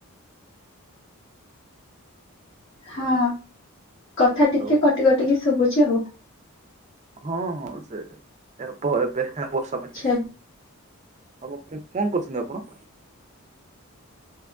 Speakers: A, on the left; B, on the right.
A: ହଁ କଥା
B: ହ୍ୟାଲୋ
A: ଟିକେ କଟି କଟିକି ଶୁଭୁଛି ଆଉ।
B: ହଁ ହଁ ସେ ହେବ ଏବେ ବର୍ଷା
A: ଆଛା
B: ପାଇଁ। ହବ କଣ କରୁଛନ୍ତି ଆପଣ।